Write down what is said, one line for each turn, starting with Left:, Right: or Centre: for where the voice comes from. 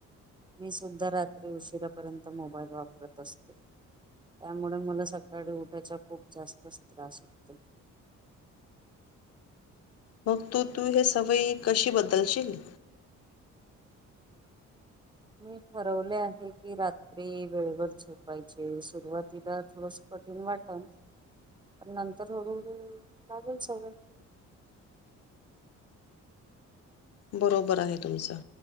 Right: मी सुुद्धा रात्री उशिरा पर्यंत मोबाईल वापरत असते. त्यामुळे मला सकाळी उठायचा खूप जास्तचं त्रास होतो.
Left: <unintelligible> मग तू- तू हे सवयी कशी बदलशील?
Right: मी ठरवले आहे की, रात्री वेळवर झोपायचे सुरुवातीला थोडसं कठीन वाटलं, पण नंतर हळूहळू लागेल सवयं.
Left: <unintelligible> बरोबर आहे तुमचं,